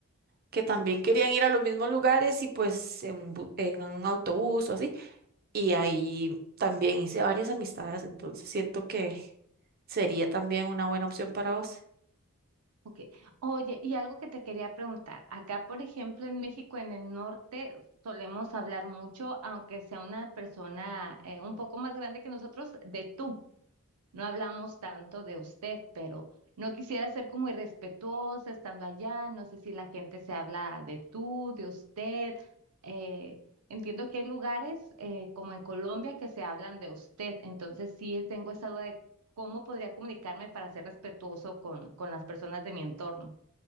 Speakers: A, on the right; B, on the right.
A: que también querían ir a los mismos lugares y pues en, bu- en un autobús o así. Y ahí también hice varias amistades, entonces siento que sería también una buena opción para vos.
B: Ok. Oye, y algo que te quería preguntar. Acá, por ejemplo, en México, en el norte, solemos hablar mucho, aunque sea una persona eh, un poco más grande que nosotros, de tú. No hablamos tanto de usted, pero no quisiera ser como irrespetuosa estando allá. No sé si la gente se habla de tú, de usted. Eh, entiendo que hay lugares eh, como en Colombia que se hablan de usted. Entonces sí tengo esa duda de cómo podría comunicarme para ser respetuoso con, con las personas de mi entorno.